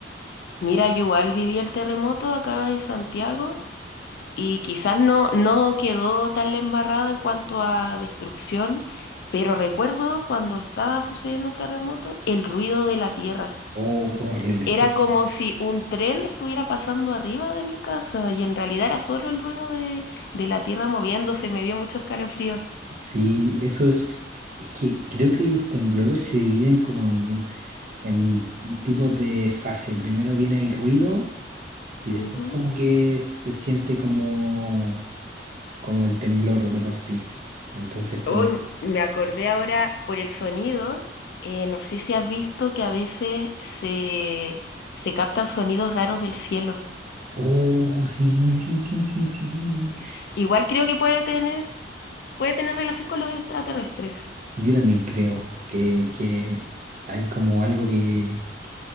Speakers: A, on the left (about 60°); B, on the right (about 45°).
A: Mira, yo igual viví el terremoto acá en Santiago Y quizás no, no quedó tan la embarrada en cuanto a destrucción, pero recuerdo cuando estaba sucediendo el terremoto, el ruido de la tierra.
B: Oh, fue horrible,
A: Era
B: fue horrible.
A: como si un tren estuviera pasando arriba de mi casa y en realidad era solo el ruido de, de la tierra moviéndose, me dio mucho escalofrío.
B: Sí, eso es, es que creo que los temblores se dividen como en, en tipos de fase. Primero viene el ruido y después
A: Ujú.
B: como que se siente como, como el temblor de por sí. Entonces como,
A: Hoy me acordé ahora por el sonido, eh, no sé si has visto que a veces se, se captan sonidos raros del cielo.
B: oh, sí, sí, sí, sí, sí.
A: Igual creo que puede tener puede tener relación con los extraterrestres,
B: Yo también creo que, que hay como algo que, que,